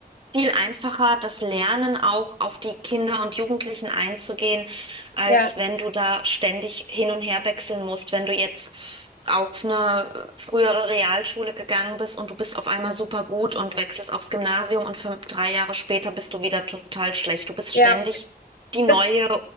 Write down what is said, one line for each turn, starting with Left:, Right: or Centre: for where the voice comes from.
Right: viel einfacher, das Lernen auch auf die Kinder und Jugendlichen einzugehen, als
Left: Ja,
Right: wenn du da ständig hin und her wechseln musst, wenn du jetzt auf eine frühere Realschule gegangen bist und du bist auf einmal super gut und wechselst aufs Gymnasium und fünf, drei Jahre später bist du wieder total schlecht. Du bist
Left: ja.
Right: ständig die neue,
Left: Das